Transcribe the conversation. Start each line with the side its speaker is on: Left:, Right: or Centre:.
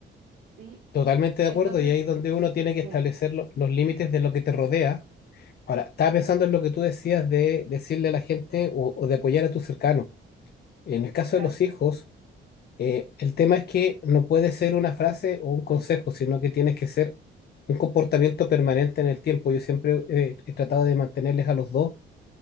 Right: ¿sí?
Left: totalmente de
Right: Entonces,
Left: acuerdo, y ahí es donde uno tiene
Right: sí,
Left: que establecer lo- los límites de lo que te rodea. Ahora, estaba pensando en lo que tú decías de decirle a la gente o, o de apoyar a tus cercanos. En el caso
Right: claro.
Left: de los hijos, Eh, el tema es que no puede ser una frase o un consejo, sino que tienes que ser un comportamiento permanente en el tiempo. Yo siempre eh, he tratado de mantenerles a los dos